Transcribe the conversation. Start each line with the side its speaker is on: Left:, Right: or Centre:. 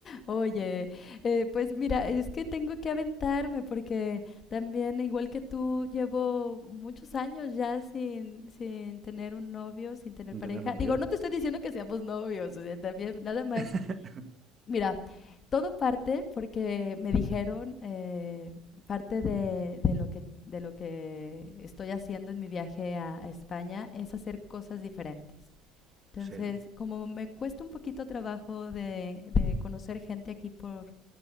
Left: Oye, eh, pues mira, es que tengo que aventarme porque también, igual que tú, llevo muchos años ya sin, sin tener un novio, sin tener
Right: sin
Left: pareja.
Right: tener novio.
Left: Digo, no te estoy diciendo que seamos novios, o sea, también nada más
Right: <laughs>
Left: Mira, todo parte porque me dijeron, eh, parte de, de lo que, de lo que estoy haciendo en mi viaje a, a España es hacer cosas diferentes. Entonces,
Right: Sí,
Left: como me cuesta un poquito trabajo de, de conocer gente aquí por,